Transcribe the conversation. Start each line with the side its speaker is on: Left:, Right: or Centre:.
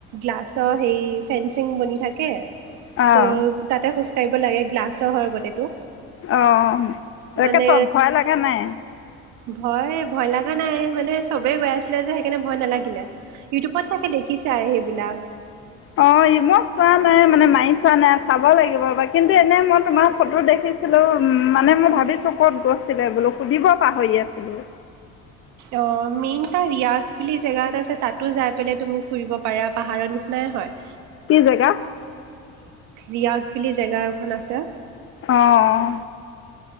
Right: গ্লাছৰ হেৰি ফেঞ্চিং বনি থাকে।
Left: অঁ
Right: ত' তাতে খোজ <unintelligible> চিব লাগে গ্লাছৰ হয় গোটেইটো।
Left: অ তাতে
Right: মানে
Left: ভয় লাগে নাই।
Right: ভয় ভয় লগা নাই মানে চবেই গৈ আছিলে যে সেইকাৰণে ভয় নালাগিলে ইউটিউবত চাগে দেখি চাই বিলাক
Left: অ মই চোৱা নাই মানে মাৰি চোৱা নাই চাব লাগিব ব কিন্তু এনেই মই তোমাৰ ফটো দেখিছো। ছিলো উম মানে মই ভাবিছো ক'ত গৈছিলে বোলো সুধিব পাহৰি আছিলো।
Right: অ মেইন তা ৰিয়াগ বুলি জেগাত এটা আছে তাতো যাই পেলই তুমি ফুৰিব পাৰা পাহাৰৰ নিচিনাই হয়
Left: কি জেগা
Right: ৰিয়াগ জেগা এখন আছে
Left: অঁ